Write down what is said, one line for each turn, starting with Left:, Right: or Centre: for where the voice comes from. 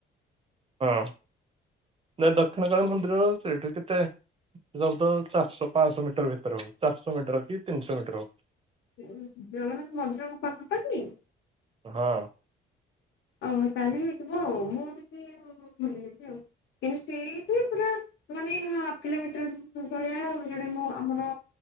Right: ହଁ ନା ଦକ୍ଷିଣକାଳୀ ମନ୍ଦିର ସେଇଠୁ କେ ତେ ଲାଗୁଚି ତ ଚାରିଶହ ପାଂଶ ମିଟର ଭିତରେ ହବ ଚାରିଶହ ମିଟର କି ତିନିଶହ ମିଟର ହବ।
Left: ଉଁ ଜଗନ୍ନାଥ ମନ୍ଦିରକୁ ପାଖପାଖି?
Right: ହବ
Left: ଓହୋ ତାହଲେ ହେଇଥିବ ଆଉ ମୁଁ ଟିକେ ଉ ଭୁଲି ଯାଇଛି ଆଉ କିନ୍ତୁ ସେଇଠି ପୁରା। ମାନେ ହାପ କିଲୋମିଟର ଭ-ଭଳିଆ ଜଣେ ମୋ ଆମର